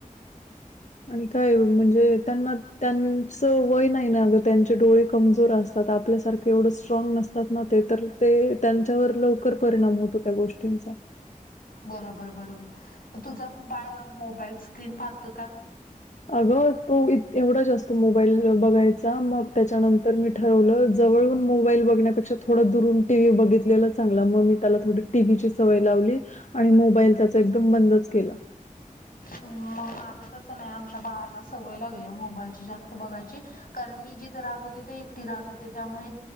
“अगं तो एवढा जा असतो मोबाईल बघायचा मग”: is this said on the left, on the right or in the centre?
Left